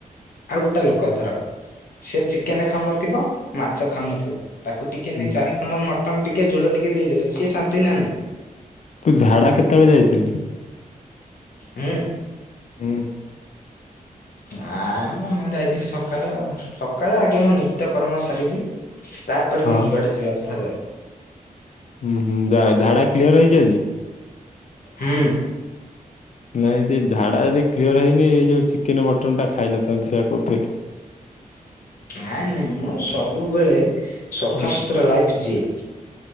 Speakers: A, on the left; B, on the left.
A: ଆଉ ଗୋଟେ ଲୋକ ଧର ସେ ଚିକେନ ଖାଉନଥିବ ମାଛ ଖାଉନ ତାକୁ ଟିକେ ନେଇ
B: ହୁଁ
A: ଚାରି ଖଣ୍ଡ ମଟନ ଟିକେ ଝୋଳ ଟିକେ ଦେଇଦେଲେ ସିଏ ଶାନ୍ତି ନା ନାଇଁ?
B: ତୁ ଝାଡ଼ା କେତେବେଳେ ଯାଇଥିଲୁ?
A: ମୁଁ?
B: ହୁଁ।
A: ନାଇଁ ମୁଁ ଯାଇଥିଲି ସକାଳେ ଆଉ ସକାଳେ ଆଗେ ମୁଁ ନିତ୍ୟକର୍ମ ସାରିବି ତାପରେ
B: ହଁ
A: ମୁଁ ଯୁଆଡେ ଯିବା କଥା ଯାଏ।
B: ହୁଁ ହୁଁ ଯା ଝାଡା କ୍ଲିୟର ହେଇଛି ଆଜି?
A: ହୁଁ।
B: ନାଇଁ ଯେ ଝାଡା ଯଦି କ୍ଲିୟର ହେଇନି ଏଇ ଯୋଉ ଚିକେନ ମଟନଟା ଖାଇନଥାନ୍ତୁ ସେଇଆ କହୁଥିଲି।
A: ନାଇଁ ନାଇଁ ମୁଁ ସବୁବେଳେ ସଫା
B: ହୁଁ
A: ସୁୁତୁରା ଲାଇଫ୍ ଯିଏ।